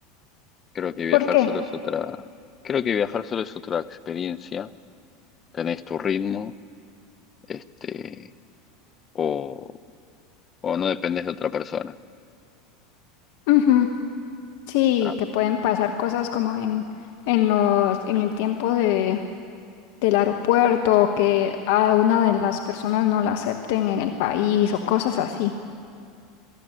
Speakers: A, on the left; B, on the left.
A: Creo que viajar
B: ¿Por qué?
A: solo es otra, creo que viajar solo es otra experiencia. Tenés tu ritmo, este, o, o no dependes de otra persona.
B: Ujú. Sí,
A: Ah,
B: que pueden pasar cosas como en, en los, en el tiempo de, del aeropuerto, que a una de las personas no la acepten en el país o cosas así.